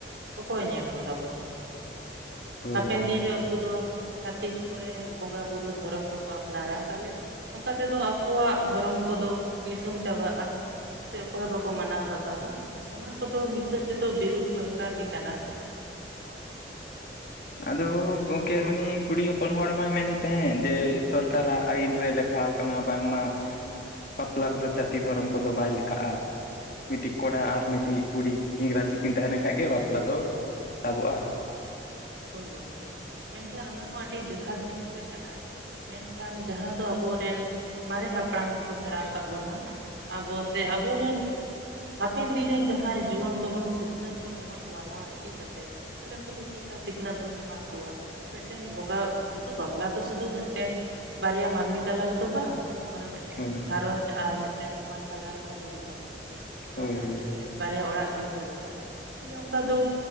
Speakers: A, on the right; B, on the left.
A: ᱚᱠᱚᱭ ᱧᱮᱞ ᱠᱚᱛᱟ ᱵᱚᱱᱟ?
B: <unintelligible>
A: ᱦᱟᱯᱮᱱ
B: ᱦᱳᱭ
A: ᱫᱤᱱ
B: ᱦᱳᱭ
A: ᱨᱮ ᱩᱱᱠᱩ ᱫᱚ ᱪᱷᱟᱹᱛᱤᱠ ᱠᱚᱨᱮᱱ ᱵᱚᱸᱜᱟ ᱵᱩᱨᱩ ᱫᱷᱚᱨᱚᱢ ᱠᱚᱠᱚ ᱟᱯᱱᱟᱨ ᱛᱟᱦᱞᱮ᱾ ᱚᱱᱠᱟ ᱛᱮᱫᱚ ᱟᱠᱚᱣᱟᱜ ᱫᱷᱚᱨᱚᱢ ᱠᱚᱫᱚ ᱱᱤᱥᱩᱱ ᱪᱟᱵᱟᱜᱼᱟ᱾ ᱥᱮ ᱚᱠᱚᱭ ᱦᱚᱸ ᱵᱟᱠᱚ ᱢᱟᱱᱟᱣ ᱵᱟᱛᱟᱣᱟ, ᱚᱱᱟ ᱠᱚᱫᱚ ᱢᱤᱫ ᱦᱤᱥᱟᱹᱵ ᱛᱮᱫᱚ ᱵᱤᱨᱩᱫ ᱫᱚᱨᱠᱟᱨ ᱜᱮ ᱠᱟᱱᱟ᱾
B: ᱟᱫᱚ ᱜᱚᱢᱠᱮ ᱩᱱᱤ ᱠᱩᱲᱤ ᱦᱚᱯᱚᱱ ᱦᱚᱲ ᱢᱟᱭ ᱢᱮᱱᱮᱫ ᱛᱟᱦᱮᱸᱫ ᱡᱮ ᱥᱚᱨᱠᱟᱨᱟᱜ ᱟᱹᱭᱤᱱ ᱨᱮ ᱞᱮᱠᱟ᱾ ᱞᱮᱠᱷᱟᱜ ᱠᱟᱱᱟ, ᱵᱟᱝ ᱢᱟ ᱵᱟᱯᱞᱟ ᱨᱮᱫᱚ ᱡᱟᱹᱛᱤ ᱫᱷᱚᱨᱚᱢ ᱠᱚᱫᱚ ᱵᱟᱭ ᱞᱮᱠᱷᱟᱜᱼᱟ᱾ ᱢᱤᱫᱴᱤᱡ ᱠᱚᱲᱟ ᱟᱨ ᱢᱤᱫᱴᱤᱡ ᱠᱩᱲᱤ ᱠᱤᱱ ᱨᱟᱡᱤ ᱠᱤᱱ ᱛᱟᱦᱮᱸ ᱞᱮᱱᱠᱷᱚᱱ ᱜᱮ ᱵᱟᱯᱞᱟ ᱫᱚ ᱛᱟᱵᱚᱜᱼᱟ᱾
A: ᱦᱳᱭ ᱜᱚᱢᱠᱮ ᱢᱮᱱᱠᱷᱟᱱ ᱚᱱᱟ ᱦᱚᱸ ᱟᱹᱰᱤ ᱡᱚᱛᱷᱟᱛ ᱡᱤᱱᱤᱥ ᱜᱮ ᱠᱟᱱᱟ᱾ ᱢᱮᱱᱠᱷᱟᱱ ᱡᱟᱦᱟᱸ ᱫᱚ ᱟᱵᱚᱨᱮᱱ ᱢᱟᱨᱮ ᱦᱟᱯᱲᱟᱢ ᱠᱚᱠᱚ ᱥᱮᱬᱟ ᱟᱠᱟᱫ ᱵᱚᱱᱟ ᱟᱵᱚ᱾ ᱛᱮ ᱟᱵᱚᱨᱮᱱ ᱦᱟᱯᱮᱱ ᱫᱤᱱ ᱨᱮᱱ ᱡᱟᱦᱟᱸᱭ ᱡᱩᱣᱟᱹᱱ ᱠᱚᱵᱚᱱ ᱥᱤᱠᱷᱱᱟᱹᱛ ᱵᱚᱱ, ᱮᱢᱟ ᱠᱚᱣᱟ ᱱᱚᱣᱟ ᱤᱫᱤ ᱠᱟᱛᱮᱛ᱾ ᱛᱟᱦᱚᱞᱮ ᱩᱱᱠᱩ ᱫᱚ ᱪᱮ᱾ ᱥᱤᱠᱷᱱᱟᱹᱛ ᱵᱚᱱ ᱮᱢᱟ ᱠᱚᱣᱟ, ᱢᱤᱫᱴᱮᱱ ᱵᱚᱸᱜᱟ ᱥᱩᱫᱷᱩ ᱵᱟᱯᱞᱟ ᱫᱚ ᱥᱩᱫᱩ ᱢᱤᱫᱴᱮᱱ᱾ ᱵᱟᱨᱭᱟ ᱢᱟᱹᱱᱢᱤ ᱛᱟᱞᱟ ᱨᱮᱛᱚ ᱵᱟᱝ᱾ ᱚᱱᱟ ᱢᱤᱫᱴᱮᱱ
B: ᱦᱳᱭ ᱦᱳᱭ
A: ᱜᱷᱟᱨᱚᱸᱡᱽ ᱟᱨ ᱢᱤᱫᱴᱮᱱ ᱥᱚᱢᱟᱡ ᱛᱟᱞᱟ ᱨᱮᱦᱚᱸ ᱦᱩᱭᱩᱜᱼᱟ᱾
B: ᱦᱳᱭ
A: ᱵᱟᱯᱞᱟ ᱤᱫᱤ ᱠᱟᱛᱮᱫ ᱵᱟᱨᱭᱟ ᱚᱲᱟᱜ ᱠᱤᱱ ᱛᱚᱞᱚᱜᱼᱟ, ᱛᱟᱦᱚᱞᱮ ᱚᱱᱠᱟ ᱫᱚ